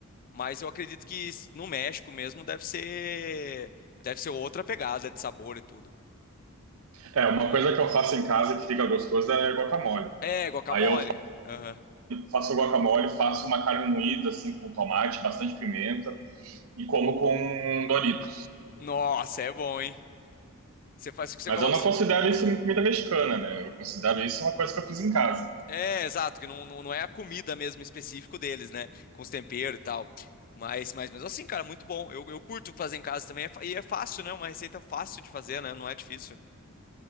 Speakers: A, on the left; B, on the right.
A: Mas eu acredito que s- no México mesmo deve ser, deve ser outra pegada de sabor e tudo.
B: É, uma
A: Eu-
B: coisa que eu faço em casa que fica gostoso é guacamole.
A: É, guacamole.
B: Aí eu
A: Aham.
B: faço guacamole, faço uma carne moída, assim, com tomate, bastante pimenta, e como com um Dorito.
A: Nossa, é bom, hein? Você faz o que você
B: Mas
A: coloca.
B: eu não considero isso comida mexicana, né? Eu considero isso uma coisa que eu fiz em casa.
A: É, exato, que não, não, não é a comida mesmo em específico deles, né? Com os temperos e tal. Mas, mas mesmo assim, cara, muito bom. Eu, eu curto fazer em casa também. é fa- E é fácil, né? Uma receita fácil de fazer, né? Não é difícil.